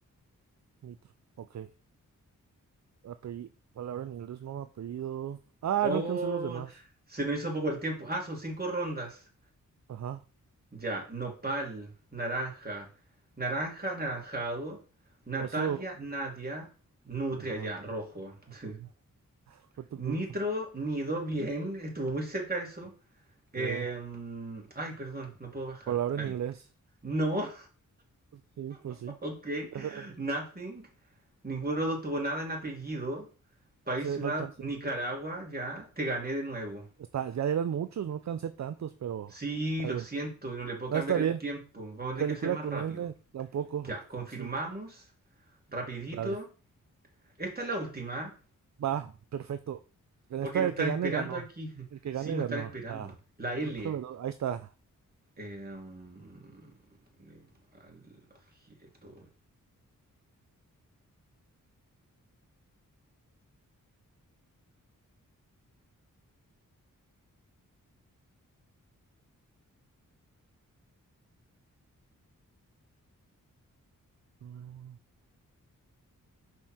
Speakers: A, on the right; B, on the right.
A: Nitro. Ok. Apellido. Palabra en inglés, no. Apellido. Ah,
B: Oh,
A: no alcancé los demás.
B: se nos hizo poco el tiempo. Ah, son cinco rondas.
A: Ajá.
B: Ya, nopal, naranja, naranja, anaranjado, Natalia,
A: Eso.
B: Nadia, nutria,
A: Ajá.
B: ya, rojo. <laughs>
A: <laughs> fue tu
B: Nitro,
A: culpa.
B: nido, bien, estuvo muy cerca eso. Em,
A: Eh,
B: ay, perdón, no puedo bajar.
A: palabra
B: Ahí.
A: en inglés.
B: No,
A: Sí, pues
B: <laughs>
A: sí.
B: ok.
A: <laughs>
B: Nothing. Ninguno de los dos tuvo nada en apellido. País,
A: Sí,
B: ciudad,
A: no alcancé.
B: Nicaragua, ya. Te gané de nuevo.
A: Está, ya eran muchos, no alcancé tantos, pero.
B: Sí,
A: Está
B: lo
A: bien.
B: siento, y no le puedo
A: No
B: cambiar
A: está
B: el
A: bien.
B: tiempo. Vamos a tener
A: Película
B: que hacer más
A: con
B: rápido.
A: N tampoco.
B: Ya, confirmamos.
A: Sí,
B: Rapidito.
A: dale.
B: Esta es la última,
A: Va, perfecto. En
B: porque
A: esta
B: me
A: el
B: están
A: que gane
B: esperando
A: ganó.
B: aquí. <laughs>
A: El que gane
B: Sí, me
A: ganó.
B: están esperando.
A: Ah,
B: La L.
A: fruta, verdura, Ahí está.
B: Em, animal, objeto,
A: Mm,